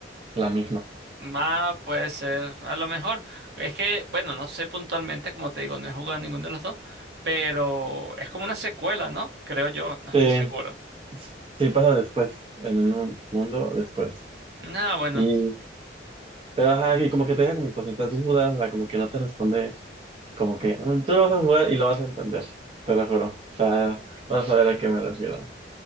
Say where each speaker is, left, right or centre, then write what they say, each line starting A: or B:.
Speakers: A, on the right; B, on the right.
A: la misma.
B: Mapa puede ser, a lo mejor. Es que, bueno, no sé puntualmente, como te digo, no he jugado ninguno de los dos, pero es como una secuela, ¿no? Creo yo, no estoy
A: Sí,
B: seguro.
A: sí pasa después, en el mismo mundo después.
B: No, bueno,
A: Y Pero ajá, y como que te deja como con ciertas dudas, o sea, como que no te responde, como que "Mm, tú lo vas a jugar y lo vas a entender, te lo juro. O sea, vas a ver a qué me refiero.